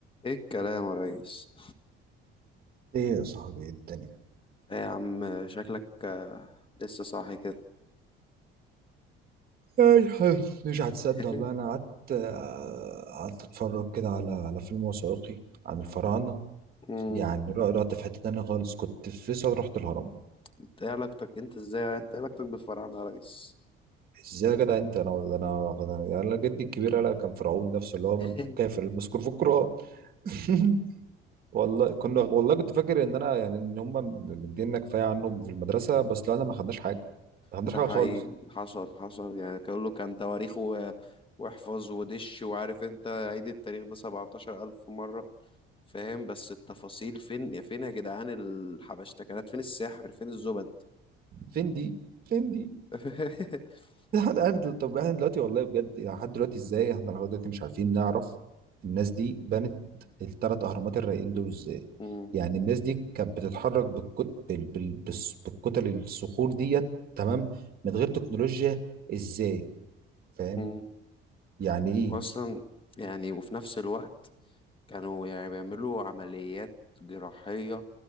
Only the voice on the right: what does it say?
ايه يا صاحبي إيه الدنيا
اي حاجة. مش هتصدق
والله انا قعدت آه، قعدت اتفرج كده على على فيلم وثائقي عن الفراعنه
يعني ر- رحت في حته تانية خالص كنت في فيصل رحت الهرم
ازاي يا جدع انت انا انا انا يعني أنا جدي الكبير قال كان فرعون نفسه اللي هو
من الكافر المذكور في القران <laughs> والله كنا والله كنت فاكر ان انا يعني ان هم مدينا كفايه عنهم في المدرسه بس لا انا ما خدناش حاجه ما خدناش
حاجه
خالص
فين دي فين دي
<laughs> احنا احنا دل- طب احنا دلوقتي والله بجد يعني لحد دلوقتي ازاي احنا لحد دلوقتي مش عارفين نعرف الناس دي بنت الثلاث اهرامات الرايقين دول ازاي
يعني الناس دي كانت بتتحرك بالكت... بال... بال... بالس- بالكتل الصخور ديت تمام من غير تكنولوجيا ازاي فاهم
يعني ايه